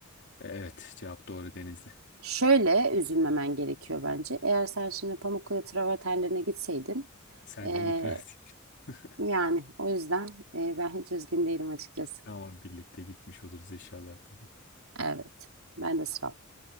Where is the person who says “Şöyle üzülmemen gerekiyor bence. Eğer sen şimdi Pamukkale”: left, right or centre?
Right